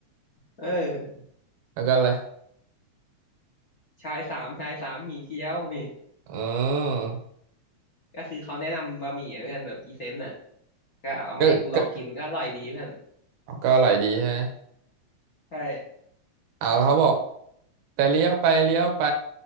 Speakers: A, on the left; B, on the right.
A: เออ
B: แล้วก็อะไร
A: ชายสามชายสามหมี่เกี๊ยวนี่
B: อืม
A: ก็คือเขาแนะนำบะหมี่อหเพื่อนแบบพรีเซนต์อ่ะก็เอามาให้กูลองกินก็อร่อยดีเพื่อน
B: ก็ก็ก็อร่อยดีใช่ไหม
A: ใช่
B: เอาเขาบอกแต่เลี้ยวไปเลี้ยวไป